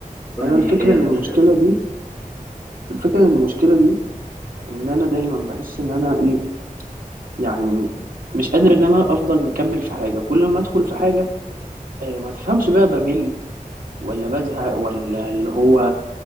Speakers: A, in the centre; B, on the right (about 75°).
A: قول
B: انا
A: لي
B: الفكره
A: ايه هي
B: ان
A: المشكله
B: المشكله دي الفكره ان المشكله دي ان انا دايما بحس ان انا ايه يعني مش قادر ان انا افضل مكمل في حاجه كل ما ادخل في حاجه آه، ما تفهمش بقى بمل ولا بزهق ولا اللي هو